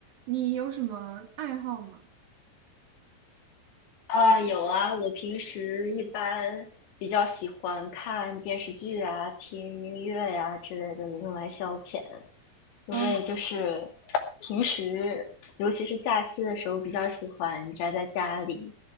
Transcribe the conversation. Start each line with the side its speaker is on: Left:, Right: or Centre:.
Right: 你有什么爱好吗？
Left: 啊，有啊，我平时一般比较喜欢看电视剧啊、听音乐呀、之类的，用来消遣。因为就是
Right: 嗯，
Left: 平时，尤其是假期的时候，比较喜欢宅在家里。